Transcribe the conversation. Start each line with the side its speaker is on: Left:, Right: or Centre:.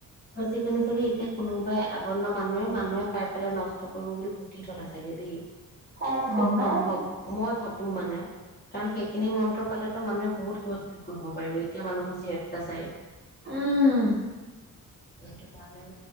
Left: যিখিনি চাগে এতিয়া কোনোবাই আগৰ দিনৰ মানুহে মানুহে পাই পেলাই নষ্ট কৰিব বুলি পুটি থলে চাগে দেই
Right: সম্ভৱ
Left: খুব
Right: ন?
Left: সম্ভৱ মই ভাবো মানে কাৰণ সেইখিনি মন্ত্ৰ পালেতো মানুহে বহুত কিবা কিবি কৰিব পাৰিব এতিয়া মানুহবোৰ যিহেত তা চাৰিই <unintelligible>
Right: উম
Left: এটো কাৰনে